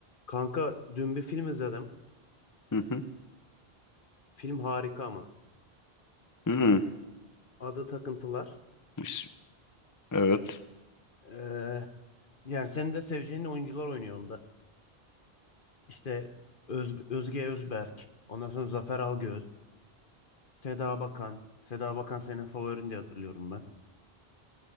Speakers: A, on the left; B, on the left.
A: Kanka dün bir film izledim.
B: Hı hı.
A: Film harika ama.
B: Hı.
A: Adı Takıntılar.
B: İs- Evet.
A: Ee, yani senin de seveceğin oyuncular oynuyor onda. İşte Öz- Özge Özberk. Ondan sonra Zafer Algöz. Seda Bakan. Seda Bakan senin favorin diye hatırlıyorum ben.